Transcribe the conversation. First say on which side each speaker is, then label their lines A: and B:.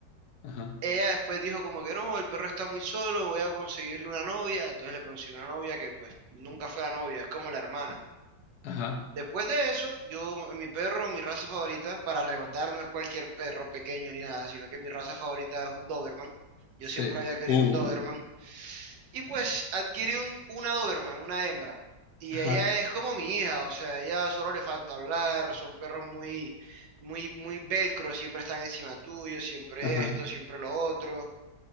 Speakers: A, on the left; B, on the right.
A: Ajá,
B: Ella después dijo como que no, el perro está muy solo, voy a conseguirle una novia. Entonces le consiguió una novia que pues nunca fue la novia, es como la hermana.
A: ajá.
B: Después de eso, yo, mi perro, mi raza favorita, para rematar, no es cualquier perro pequeño ni nada, sino que mi raza favorita es un Doberman. Yo
A: Sí.
B: siempre había querido
A: Uh.
B: un Doberman. Y pues adquirí un, una Doberman, una hembra. Y
A: Ajá.
B: ella es como mi hija, o sea, ella solo le falta hablar, son perros muy, muy, muy velcro, siempre están encima tuyo, siempre
A: Ajá.
B: esto, siempre lo otro.